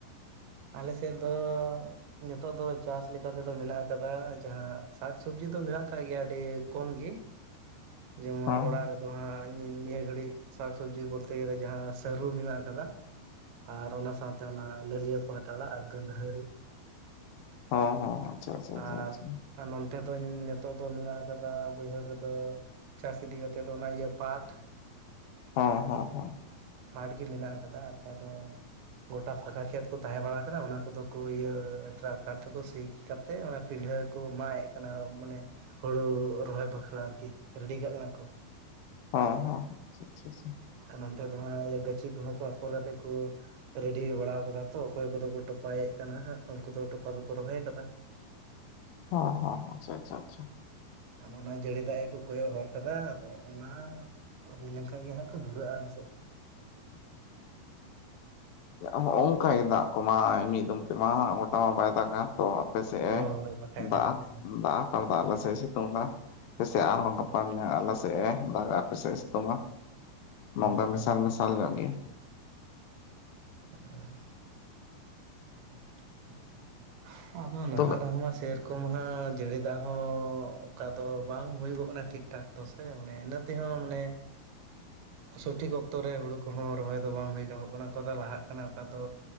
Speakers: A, on the right; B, on the left.
A: ᱟᱞᱮ ᱥᱮᱫ ᱫᱚ ᱱᱤᱛᱚᱜ ᱫᱚ ᱪᱟᱥ ᱞᱮᱠᱟᱛᱮᱫᱚ ᱢᱮᱱᱟᱜ ᱟᱠᱟᱫᱟ ᱡᱟᱦᱟᱸ ᱥᱟᱠᱥᱚᱵᱡᱤ ᱫᱚ ᱢᱮᱱᱟᱜ ᱟᱠᱟᱫ ᱜᱮᱭᱟ ᱟᱹᱰᱤ ᱠᱚᱢᱜᱤ᱾ ᱡᱮᱢᱚᱱ
B: ᱦᱚᱸ
A: ᱚᱲᱟᱜ ᱨᱮᱫ ᱫᱚ ᱦᱟᱸᱜ ᱱᱤᱭᱟᱹ ᱜᱷᱟᱹᱲᱤᱡ ᱥᱟᱠ ᱥᱚᱵᱽᱡᱤ ᱵᱚᱞᱛᱮ ᱜᱮᱞᱮ ᱡᱟᱦᱟᱸ ᱥᱟᱹᱨᱩ ᱢᱮᱱᱟᱜ ᱠᱟᱫᱟ ᱟᱨ ᱚᱱᱟ ᱥᱟᱶᱛᱮ ᱚᱱᱟ ᱞᱟᱹᱞᱞᱤᱭᱟᱹ ᱯᱟᱴ ᱟᱲᱟᱜ ᱟᱨ ᱜᱟᱹᱫᱷᱟᱹᱨᱤ
B: ᱦᱚᱸ ᱦᱚᱸ ᱟᱪᱷᱟ ᱟᱪᱷᱟ
A: ᱟᱨ
B: ᱟᱪᱷᱟ ᱟᱪᱷᱟ
A: ᱟᱨ ᱱᱚᱱᱛᱮ ᱫᱚ ᱱᱤᱛᱚᱜ ᱫᱚ ᱢᱮᱱᱟᱜ ᱠᱟᱫᱟ ᱵᱟᱹᱭᱦᱟᱹᱲ ᱨᱮᱫᱚ ᱪᱟᱥ ᱤᱫᱤ ᱠᱟᱛᱮᱜ ᱫᱚ ᱚᱱᱟ ᱤᱭᱟᱹ ᱯᱟᱴ
B: ᱦᱚᱸ ᱦᱚᱸ ᱦᱚᱸ
A: ᱯᱟᱴ ᱜᱮ ᱢᱮᱱᱟᱜ ᱟᱠᱟᱫᱟ ᱟᱨ ᱵᱟᱠᱷᱟᱡ ᱫᱚ ᱜᱚᱴᱟᱥ ᱯᱷᱟᱸᱠᱟ ᱠᱷᱮᱛ ᱠᱚ ᱛᱟᱦᱮᱸ ᱵᱟᱲᱟ ᱠᱟᱱᱟ ᱚᱱᱟ ᱠᱚᱫᱚ ᱠᱚ ᱤᱭᱟᱹ ᱴᱨᱟᱠᱴᱟᱨ ᱛᱮᱠᱚ ᱥᱤᱛᱮᱜ ᱚᱱᱟ ᱯᱤᱰᱷᱟᱹ ᱠᱚ ᱢᱟᱭᱮᱜ ᱠᱟᱱᱟ ᱢᱟᱱᱮ ᱦᱳᱲᱳ ᱨᱚᱦᱚᱭ ᱵᱟᱠᱷᱨᱟ ᱟᱨᱠᱤ ᱨᱮᱰᱤ ᱠᱟᱜ ᱠᱟᱱᱟ ᱠᱚ
B: ᱦᱚᱸ ᱦᱚᱸ ᱟᱪᱷᱟ ᱟᱪᱷᱟ
A: ᱟᱨ ᱱᱚᱱᱛᱮ ᱫᱚ ᱦᱟᱸᱜ ᱤᱭᱟᱹ ᱜᱟᱹᱪᱷᱤ ᱠᱚᱦᱚᱸ ᱠᱚ ᱟᱯᱷᱚᱨᱟᱛᱮᱫ ᱠᱚ ᱨᱮᱰᱤ ᱵᱟᱲᱟ ᱠᱟᱫᱟ ᱛᱚ ᱚᱠᱚᱭ ᱠᱚᱫᱚ ᱠᱚ ᱴᱚᱯᱟᱭᱮᱫ ᱠᱟᱱᱟᱜ ᱩᱱᱠᱩ ᱫᱚ ᱴᱚᱯᱟ ᱫᱚᱠᱚ ᱨᱚᱦᱚᱭ ᱟᱠᱟᱫᱟ᱾ <inaudible>
B: ᱦᱚᱸ ᱦᱚᱸ ᱟᱪᱪᱷᱟ ᱟᱪᱪᱷᱟ ᱟᱪᱷᱟ
A: ᱟᱫᱚ ᱚᱱᱟ ᱡᱟᱹᱲᱤ ᱫᱟᱜ ᱜᱮᱠᱚ ᱠᱚᱭᱚᱜ ᱦᱚᱨ ᱟᱠᱟᱫᱟ ᱟᱫᱚ ᱚᱱᱟ ᱦᱩᱭ ᱞᱮᱱᱠᱷᱟᱱ ᱜᱮ ᱦᱟᱸᱜ᱾ ᱠᱚ ᱫᱷᱩᱨᱟᱹᱜᱼᱟ ᱟᱞᱮ ᱥᱮᱫ ᱫᱚ
B: ᱦᱚᱸᱜ ᱚᱝᱠᱟᱭ ᱫᱟᱜ ᱠᱚᱢᱟ ᱢᱤᱫ ᱫᱚᱢ ᱛᱮᱢᱟ ᱜᱚᱴᱟ ᱢᱟ ᱵᱟᱭ ᱫᱟᱜᱟ᱾ ᱛᱚ ᱟᱯᱮ ᱥᱮᱜᱼᱮ
A: ᱦᱳᱭ ᱦᱳᱭ ᱵᱟᱠᱷᱟᱡ
B: ᱫᱟᱜᱼᱟ
A: ᱫᱚ ᱵᱟᱠᱷᱟᱡ ᱫᱚ
B: ᱫᱟᱜ ᱦᱟᱛᱟᱲ ᱫᱟ ᱟᱞᱮ ᱥᱮᱜᱼᱮ ᱥᱤᱛᱩᱝ ᱫᱟ᱾ ᱟᱯᱮᱥᱮᱫ ᱟᱨᱦᱚᱸ ᱜᱟᱯᱟ ᱢᱮᱭᱟᱝ ᱟᱞᱮ ᱥᱮᱫ-ᱮ ᱫᱟᱜᱟ ᱟᱯᱮ ᱥᱮᱫ-ᱮ ᱥᱤᱛᱩᱝᱟ᱾ ᱢᱚᱝᱜᱟ
A: ᱦᱩᱸ
B: ᱢᱮᱥᱟᱞ
A: ᱦᱳᱭ
B: ᱢᱮᱥᱟᱞ ᱧᱚᱜ ᱜᱤ
A: <unintelligible> <unintelligible> ᱦᱚ ᱟᱫᱚ ᱱᱟᱦᱟᱜ
B: ᱛᱚᱵᱮ
A: ᱨᱮᱦᱚᱸ ᱢᱟ ᱥᱮᱹᱨᱠᱚᱢᱦᱟ ᱡᱟᱹᱲᱤ ᱫᱟᱜ ᱦᱚᱸ ᱚᱠᱟ ᱫᱚ ᱵᱟᱝ ᱦᱩᱭ ᱜᱚᱜ ᱠᱟᱱᱟ ᱴᱷᱤᱠᱴᱷᱟᱠ᱾ ᱛᱚ ᱥᱮ ᱚᱱᱮ ᱤᱱᱟᱹ ᱛᱮᱦᱚᱸ ᱢᱟᱱᱮ ᱥᱚᱴᱷᱤᱠ ᱚᱠᱛᱚ ᱨᱮ ᱦᱩᱲᱩ ᱠᱚᱦᱚᱸ ᱨᱚᱦᱚᱭ ᱫᱚ ᱵᱟᱝ ᱦᱩᱭ ᱜᱚᱜ ᱠᱟᱱᱟ, ᱚᱠᱟ ᱫᱚ ᱞᱟᱦᱟᱜ ᱠᱟᱱᱟ ᱚᱠᱟ ᱫᱚ